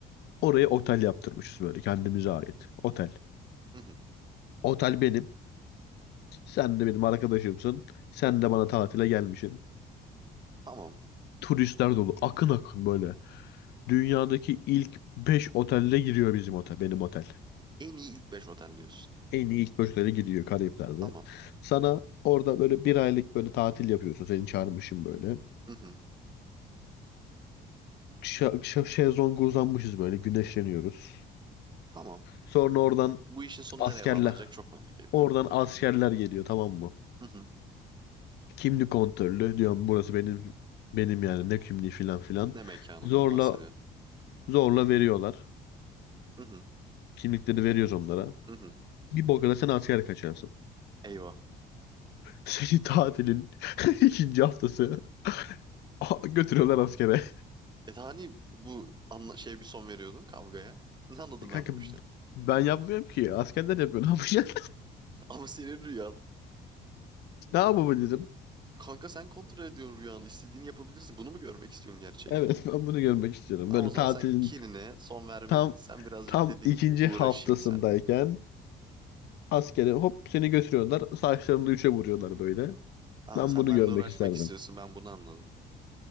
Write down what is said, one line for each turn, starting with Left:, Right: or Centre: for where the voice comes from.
Left: Oraya otel yaptırmışız böyle kendimize ait. Otel.
Right: Hı hı.
Left: Otel benim. Sen de benim arkadaşımsın. Sen de bana tatile gelmişsin.
Right: Tamam.
Left: Turistler dolu. Akın akın böyle. Dünyadaki ilk 5 otelde giriyor bizim otel, benim otel.
Right: En iyi ilk 5 otel diyorsun.
Left: En iyi ilk 5 otele giriyor Karayipler'de.
Right: Tamam.
Left: Sana orada böyle bir aylık böyle tatil yapıyorsun. Seni çağırmışım böyle.
Right: Hı hı.
Left: Ş- ş- şezlonga uzanmışız böyle güneşleniyoruz.
Right: Tamam.
Left: Sonra oradan
Right: Bu işin sonu
Left: askerler,
Right: nereye bağlanacak çok merak ediyorum.
Left: oradan askerler geliyor tamam mı?
Right: Hı hı.
Left: Kimlik kontrolü diyorum burası benim benim yani ne kimliği filan filan.
Right: Ne mekanından
Left: Zorla
Right: bahsediyorsun?
Left: zorla veriyorlar.
Right: Hı hı.
Left: Kimlikleri veriyoruz onlara.
Right: Hı hı.
Left: Bir bok sen asker kaçarsın.
Right: Eyvah.
Left: Seni tatilin <laughs> ikinci haftası a- götürüyorlar askere.
Right: E hani bu anla şey bir son veriyordun kavgaya. Ne anladım
Left: E, Kanka
Right: ben bu işten?
Left: ben yapmıyorum ki. Askerler yapıyor. <laughs> Ne yapacak?
Right: <laughs> Ama senin rüyan.
Left: Ne yapabilirim?
Right: Kanka sen kontrol ediyorsun rüyanı. İstediğini yapabilirsin. Bunu mu görmek istiyorsun gerçekten?
Left: Evet ben bunu görmek istiyorum.
Right: Tamam
Left: Böyle
Right: o zaman
Left: tatilin
Right: sen kinine son vermedin.
Left: tam
Right: Sen birazcık
Left: tam
Right: dedin
Left: ikinci
Right: ki uğraşayım
Left: haftasındayken
Right: seninle.
Left: askere hop seni götürüyorlar. Saçlarını üçe vuruyorlar böyle.
Right: Tamam
Left: Ben
Right: sen
Left: bunu
Right: benimle
Left: görmek
Right: uğraşmak
Left: isterdim.
Right: istiyorsun. Ben bunu anladım.